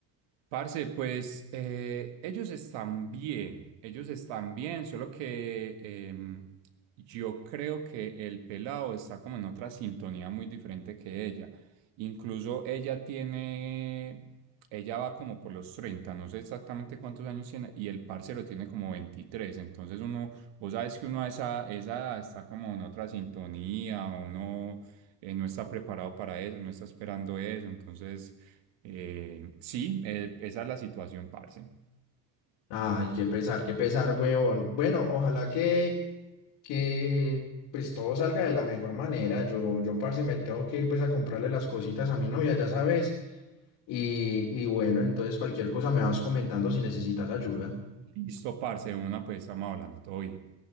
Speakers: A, on the right; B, on the left.
A: Parce, pues eh, ellos están bien, ellos están bien, solo que em, yo creo que el pelado está como en otra sintonía muy diferente que ella. Incluso ella tiene, ella va como por los 30. no sé exactamente cuántos años tiene, y el parcero tiene como 23. entonces uno, vos sabes que uno a esa, esa edad está como en otra sintonía, uno eh, no está preparado para eso, no está esperando eso, entonces... Eh, sí, eh, esa es la situación, parce.
B: Ay, qué pesar, qué pesar, huevón. Bueno, ojalá que, que pues todo salga de la mejor manera. Yo, yo, parce, me tengo que ir pues a comprarle las cositas a mi novia, ya sabes. Y, y bueno, entonces cualquier cosa me vas comentando si necesitas ayuda.
A: Listo, parce, de una, pues estamos hablando todo bien.